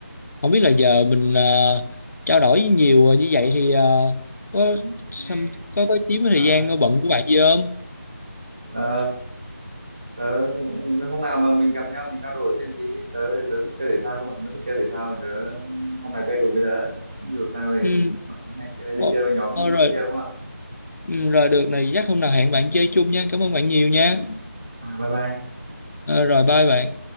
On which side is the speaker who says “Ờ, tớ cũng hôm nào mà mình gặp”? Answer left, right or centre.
Right